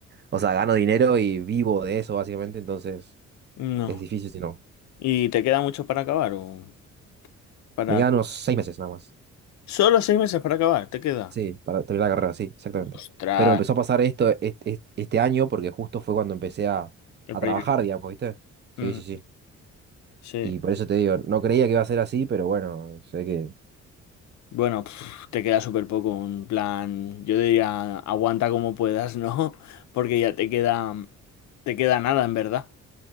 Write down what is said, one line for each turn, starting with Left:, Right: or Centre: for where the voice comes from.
Right: O sea, gano dinero y vivo de eso, básicamente, entonces
Left: No.
Right: es difícil si no.
Left: ¿Y te queda mucho para acabar o para...
Right: Me quedan unos seis meses nada más.
Left: Solo seis meses para acabar, ¿te queda?
Right: Sí, para terminar la carrera, sí, exactamente.
Left: Ostras,
Right: Pero me empezó a pasar esto est- est- este, año porque justo fue cuando empecé a,
Left: el
Right: a
Left: proyecto.
Right: trabajar, digamos, ¿viste? Sí,
Left: Ujú,
Right: sí, sí.
Left: Sí.
Right: Y por eso te digo, no creía que iba a ser así, pero bueno, sé que...
Left: Bueno, pf, te queda súper poco, un plan, yo diría, aguanta como puedas, ¿no? <laughs> Porque ya te queda, te queda nada, en verdad.